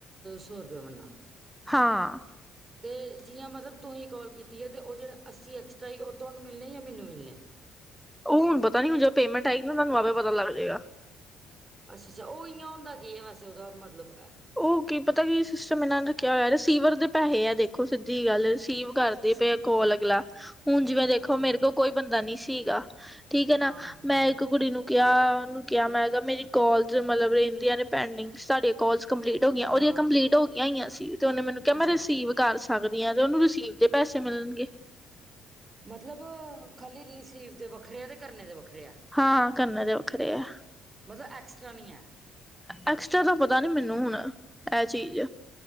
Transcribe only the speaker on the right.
ਸੌ ਰੁਪਏ ਬੰਨਨਾ
ਤੇ ਜੀਆਂ ਮਤਲਬ ਤੁਹੀ ਕਾਲ ਕੀਤੀ ਹੈ ਤੇ ਓਹ ਜੜੇ ਅੱਸੀ ਐਕਸਟਰਾ ਸੀ ਉਹ ਤੁਹਾਨੂੰ ਮਿਲਣੇ ਜਾਂ ਮੈਨੂੰ ਮਿਲਣੇ ਆ
ਅੱਛਾ ਅੱਛਾ ਉਹ ਈਆ ਹੁੰਦਾ ਕਿ ਹੈ ਵੈਸੇ ਉਹਦਾ ਮਤਲਬ ਏ
ਅੱਛਾ
ਹਾਂ
ਹਾਂ
ਅੱਛਾ
ਮਤਲਬ ਖੱਲੀ ਰਿਸੀਵ ਦੇ ਵੱਖਰੇ ਆ ਤੇ ਕਰਨੇ ਦੇ ਵੱਖਰੇ ਆ
ਮਤਲਬ ਐਕਸਟਰਾ ਨਹੀਂ ਹੈ